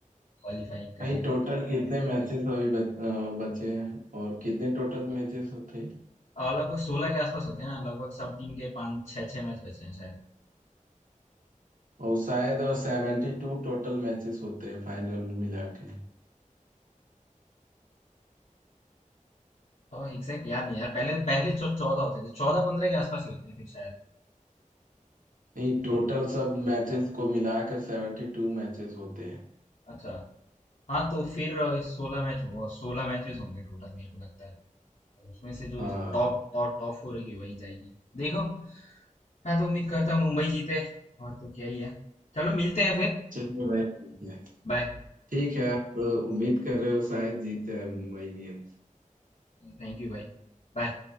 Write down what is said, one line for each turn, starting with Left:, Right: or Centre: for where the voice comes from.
Left: क्वालिफाई करने
Right: भाई
Left: का
Right: टोटल कितने मैचेस अभी बच, अ, बचे हैं और कितने टोटल मैचेस होते हैं
Left: और लगभग सोलह के आसपास होते हैं ना लगभग सब टीम के पाँच छः छः मैच बचे हैं शायद
Right: और शायद सेवेंटी टू टोटल मैचेस होते हैं फाइनल मिला के
Left: एग्जैक्ट याद नहीं यार पहले पहले चौदह होते थे चौदह पंद्रह के आसपास ही होते हैं फिर शायद
Right: नहीं
Left: देखो
Right: टोटल सब मैचेस को मिलाकर सेवेंटी टू मैचेस होते हैं
Left: अच्छा हाँ तो फिर सोलह मैच होगा सोलह मैचेस होंगे टोटल मेरे को लगता है और उसमें से जो
Right: हाँ
Left: टॉप
Right: हाँ
Left: टॉप टॉप फोर होगी वही जाएगी देखो हाँ तो उम्मीद करता हूँ मुंबई जीते और तो क्या ही है चलो मिलते हैं फिर
Right: चलिए भाई ठीक है
Left: बाय
Right: ठीक है तो उम्मीद कर रहे हो शायद जीत जाए मुंबई इंडियंस
Left: थैंक यू भाई बाय